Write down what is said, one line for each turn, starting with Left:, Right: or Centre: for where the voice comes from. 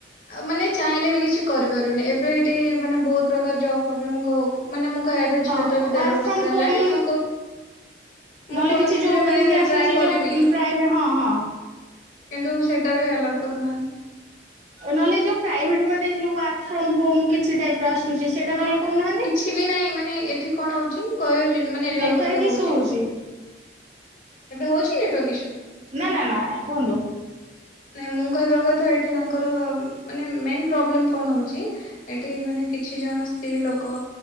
Left: ମାନେ ଚାହିଁଲେ ବି କିଛି କରିପାରୁନି ଏବେ ଏଠି ମାନେ ବହୁତ ପ୍ରକାର ଜବ୍ ହବ ମୁଁ କ ମାନେ ମୁଁ କହିବା ତ
Right: ହଁ
Left: ଝିଅ ତ ଏ ଦେଢ
Right: ୱାର୍କ
Left: ବର୍ଷର
Right: ଫ୍ରମ
Left: ହେଲାଣି
Right: ହୋମ
Left: ମୁଁ କ
Right: ନହେଲେ
Left: ମୁଁ କୌଣସିଥିରେ
Right: କିଛି ଯୋଉ
Left: ମାନେ
Right: ଏମିତି ଆସୁଛି
Left: ଟ୍ରାଏ କରିବି।
Right: ଯୋଉ ପ୍ରାଇଭେ ହଁ ହଁ।
Left: କିନ୍ତୁ ସେଇଟା ବି ଆଲାଉ କରୁନାହାନ୍ତି।
Right: ନହେଲେ ଯୋଉ ପ୍ରାଇଭେଟ ମାନେ ଯୋଉ ୱାର୍କ ଫ୍ରମ ହୋମ କିଛି ଟାଇପ ଆସୁଛି ସେଇଟା ନହେଲେ କରୁନାହାନ୍ତି।
Left: କିଛି ବି ନାହିଁ ମାନେ ଏଠି କଣ ହଉଛି କହିବି ମାନେ ରିଅଲ
Right: ନେଟୱାର୍କ
Left: କଥା କହୁଛି।
Right: ଇସୁ ହଉଛି
Left: ଏବେ ହୋଉଛି ନେଟୱର୍କ ଇସୁ।
Right: ନାଁ ନାଁ ନାଁ କୁହନ୍ତୁ।
Left: ନାଇଁ ମୁଁ କହିବା କଥା ଏଠି ତାଙ୍କ ତାଙ୍କର ମାନେ ମେନ ପ୍ରବଲେ କଣ ହଉଛି ଏଠି ମାନେ କିଛି ଜଣ ସ୍ତ୍ରୀ ଲୋକ